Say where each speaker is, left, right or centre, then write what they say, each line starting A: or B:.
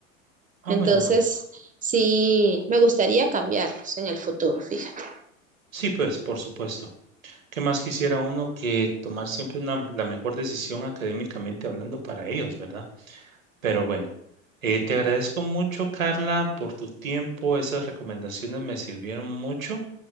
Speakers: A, on the right; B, on the right.
A: ah,
B: entonces
A: bueno, bueno.
B: sí, me gustaría cambiarlos en el futuro, fíjate.
A: Sí, pues, por supuesto. ¿Qué más quisiera uno que tomar siempre una, la mejor decisión académicamente hablando para ellos, ¿verdad? Pero bueno, eh, te agradezco mucho, Carla, por tu tiempo. Esas recomendaciones me sirvieron mucho